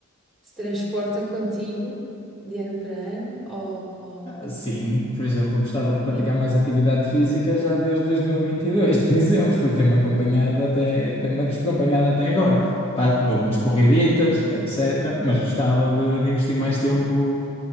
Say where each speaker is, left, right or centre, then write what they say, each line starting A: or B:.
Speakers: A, in the centre; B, on the left.
A: se transporta <laughs> contigo de ano para ano? Ou, ou...
B: Ah, Sim, por exemplo, gostava de praticar
A: Sim,
B: mais atividade física já desde 2022, por exemplo, e tem-me acompanhado até, tem-me acompanhado até agora. Fa- Dou
A: sim,
B: umas corriditas, etc., mas gostava de, de investir mais tempo